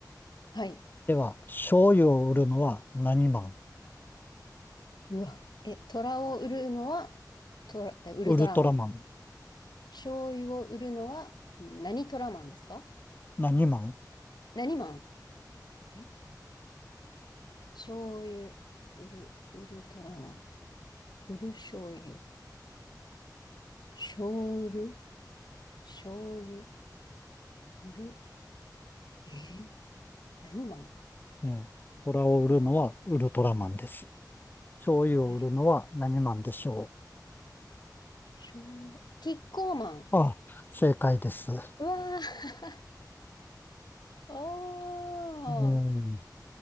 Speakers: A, on the left (about 70°); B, on the left (about 25°).
A: はい。
B: では、醤油を売るのは何マン
A: うわ。え、虎を売るのは、トラ、えウルトラマン。
B: ウルトラマン。
A: 醤油を売るのは、何トラマンですか
B: 何マン
A: 何マンえ醤油、売る、ウルトラマン。売る醤油。醤油、醤油、売る。えー何マン
B: ね、虎を売るのはウルトラマンです。醤油を売るのは何マンでしょ
A: はい醤油。キッコーマン。
B: う。あ、正解です。
A: うわー。<laughs> おー。
B: うん。